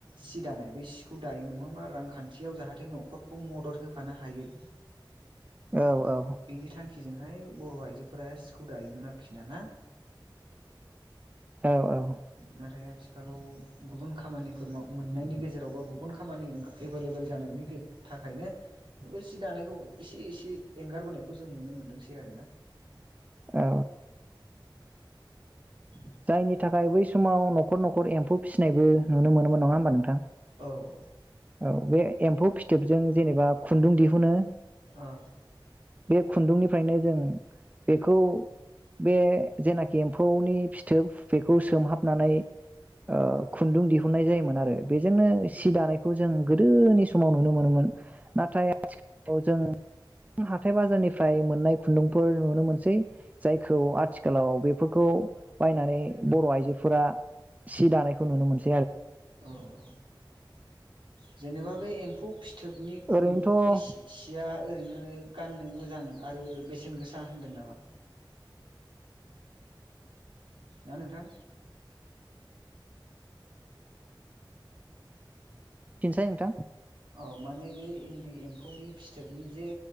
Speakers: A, on the right; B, on the right.
A: सि दानाय बे सिखौ दायोमोन नङा होमबा रांखान्थियाव जाहाथे न'खरखौ मदद होफानो हायो।
B: औ
A: बिनि
B: औ
A: थांखिजोंहाय बर' आइजोफोरा सि बे खौ दायोमोन आरोखि ना ना।
B: औ औ।
A: नाथाय आथिखालाव गुबुन खामानिफोर मोननायनि गेजेराव बा गुबुन खामानि एभेलेबेल जानायनि थाखायनो बे सि दानायखौ एसे इसे एंगारबोनायखौ जों नुनो मोनदोंसै आरोना।
B: औ।
A: <inaudible>
B: जायनि थाखाय बै समाव न'खर न'खर एम्फौ फिसिनायबो नुनो मोनोमोन नङा होमबा नोंथां।
A: औ औ।
B: औ बे एम्फौ फिथोबजों जेनेबा खुन्दुं दिहुनो
A: औ।
B: बे खुन्दुंनिफ्रायनो जों बेखौ बे जेनाखि एम्फौनि फिथोब बेखौ सोमहाबनानै ओ खुन्दुं दिहुननाय जायोमोन आरो बेजोंनो सि खौ जों गोदोनि समाव नुनो मोनो मोन नाथाय आथिलाव जों हाथाय बाजारनिफ्राय मोननाय खुन्दुंफोर नुनो मोनसै जायखौ आथिखालाव बेफोरखौ बायनानै बर' आइजोफोरा सि दानायखौ नुनो मोनो।
A: औ औ। जेनेबा बे एम्फौ फि थोबनि खुन्दुंनि
B: ओरैनोथ'
A: सिया ओरैनो गाननो मोजां आरो बेसेन गोसा। सा होनदों नामा। ना नोंथां।
B: <unintelligible>
A: औ माने बे इन्दि एम्फौनि फिथोबनि जे